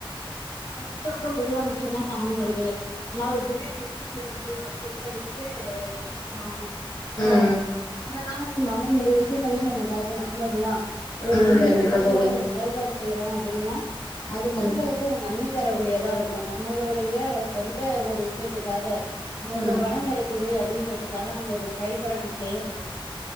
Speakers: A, on the left; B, on the left.
A: <unintelligible> மருத்துவருக்கு பிரியாணிக்கு என்ன சம்மந்தோ இருக்கு ஆனா ஒரு பிரியாணி எப்படி செய்யறது சரின்ட்டு பேசுவாங்க
B: ம்
A: போ <unintelligible> மாரியே விஷயம் நம்பலையும் நம்ம பா ஹ் இல்லைங்களா ஒரு
B: ம்
A: விஷயம் செய்யறோம்
B: கண்டிப்பா தோழி
A: ஒரு செயல்பாடு செய்யறோம் அப்படின்னா அது மக்களுக்கு
B: ம்
A: ஒரு நன்மை தரக்கூடியதா இருக்கும் நம்மளுடைய ஷ் சொந்த ஒரு விஷயத்துக்காக நமக்கு
B: ம்
A: ஒரு பணம் கிடைக்குது அப்படின்றது காக நம்ம ஒரு செயல்பட ம் செய்யக்கூடாது